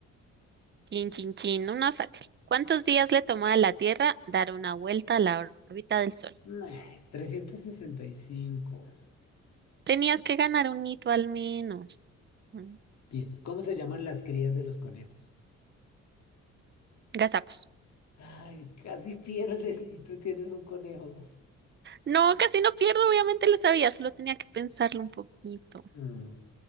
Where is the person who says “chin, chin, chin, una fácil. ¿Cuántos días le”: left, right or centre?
Right